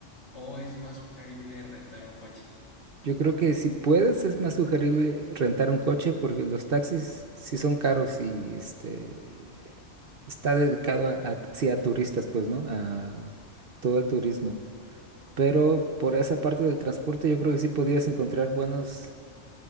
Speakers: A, on the left; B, on the right.
A: o es más sugerible rentar un coche.
B: Yo creo que si puedes es más sugerible rentar un coche porque los taxis sí son caros y este está dedicado a, a- sí, a turistas, pues, ¿no? A todo el turismo. Pero por esa parte del transporte yo creo que sí podías encontrar buenos